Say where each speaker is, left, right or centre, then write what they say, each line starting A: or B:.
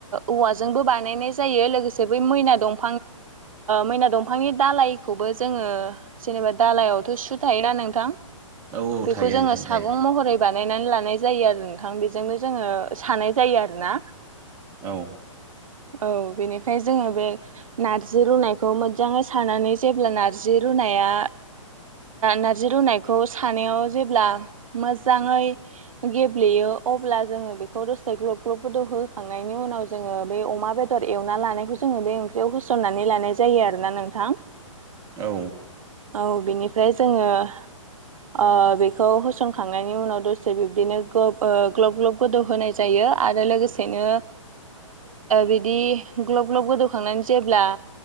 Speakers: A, on the right; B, on the right.
A: औवाजोंबो बानायनाय जायो लोगोसे बै मैना दंफां मैना दंफांनि दालाइखौबो जोङो जेनेबा दालइायावथ' सु थायोना नोंथां
B: औ
A: बेखौ
B: थायो
A: जोङो
B: नोंथां
A: सागं
B: थायो
A: महरै बानायनानै लानाय जायो आरो नोंथां बेजोंनो जोङो सानाय जायो आरोना
B: औ
A: औ बेनिफ्राय जोङो बे नारजि रुनायखौ मोजाङै सारनानै जेब्ला नारजि रुनाया नारजि रुनायखौ सानायाव जेब्ला मोजाङै गेब्लेयो अब्ला जोङो बेखौ रुसेबो गोदौ होखांनायनि उनाव जोङो बे अमा बेदर एवना लानायखौ जोङो बे ओं खौ होसननानै लानाय जायो आरोना नोंथां
B: औ
A: औ बेनिफ्राय जोङो खौ होसनखांनायनि उनाव दसे बिब्दिनो ग्लब ग्लब गोदौ होनाय जायो आरो लोगोसेनो बिदि ग्लब ग्लब गोदौखां जेब्ला